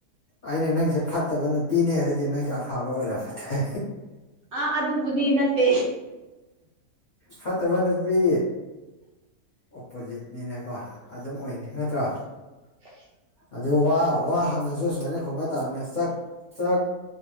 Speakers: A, on the left; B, on the right.
A: ꯑꯩꯅ ꯅꯪꯁꯦ ꯐꯠꯇꯕ ꯅꯨꯄꯤꯅꯦ ꯍꯥꯏꯔꯗꯤ ꯅꯪꯁꯨꯦ ꯑꯐꯕ ꯑꯣꯏꯔꯝꯕ ꯇꯥꯏ
B: ꯑ ꯑꯗꯨ ꯑꯗꯨꯕꯨꯗꯤ ꯅꯠꯇꯦ
A: ꯐꯠꯇꯕ ꯅꯨꯄꯤ ꯑꯣꯄꯣꯖꯤꯠꯅꯤꯅꯀꯣ ꯑꯗꯨꯝ ꯑꯣꯏꯅꯤ ꯅꯠꯇ꯭ꯔꯣ
B: <unintelligible>
A: ꯑꯗꯨ ꯋꯥ ꯋꯥ ꯍꯪꯉꯁꯨ ꯁꯨꯃꯥꯏꯅ ꯈꯨꯝꯕ ꯇꯥꯗ ꯆꯥꯛ ꯆꯥꯛ